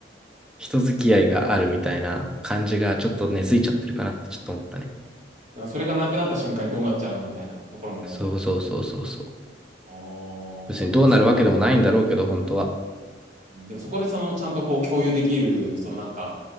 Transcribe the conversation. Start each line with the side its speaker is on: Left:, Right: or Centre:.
Centre: 人付き合いがあるみたいな感じがちょっと根付いちゃってるかなってちょっと思ったね。
Right: なんかそれがなくなった瞬間にどうなっちゃうのみたいなところも思ったりする。
Centre: そうそうそうそうそう。
Right: あーでもすごいね。
Centre: 別にどうなるわけでもないんだろうけど、本当は。
Right: でもそこでそのちゃんとこう共有できる、そのなんか、